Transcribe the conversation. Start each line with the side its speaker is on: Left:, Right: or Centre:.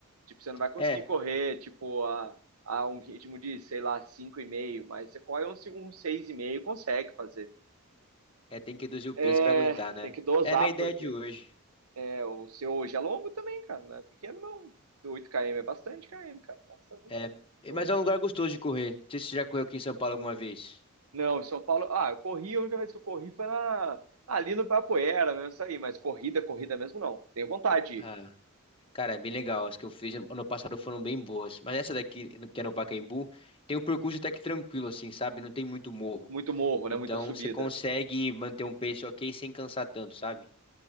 Right: Tipo, você não vai conseguir
Left: É,
Right: correr, tipo, a, a um ritmo de, sei lá, cinco e meio, mas você corre um, um seis e meio consegue fazer.
Left: é, tem que reduzir o
Right: É,
Left: peso pra aguentar, né?
Right: tem que dosar,
Left: É a minha ideia
Right: porque
Left: de hoje.
Right: é, o seu hoje é longo também, cara. Não é pequeno, não. oito km é bastante km, cara. Nossa,
Left: É,
Right: é longe.
Left: mas é um lugar gostoso de correr. Não sei se você já correu aqui em São Paulo alguma vez.
Right: Não, em São Paulo. Ah, eu corri, a única vez que eu corri foi na, ali no Ibirapuera, mesmo isso aí. Mas corrida, corrida mesmo, não. Tenho vontade. de
Left: Ah,
Right: ir.
Left: Cara, é bem legal. As que eu fiz ano passado foram bem boas. Mas essa daqui, que é no Pacaembu, tem um percurso até que tranquilo, assim, sabe? Não tem muito morro.
Right: Muito morro, né?
Left: Então
Right: Muita subida.
Left: você consegue manter um pace ok sem cansar tanto, sabe?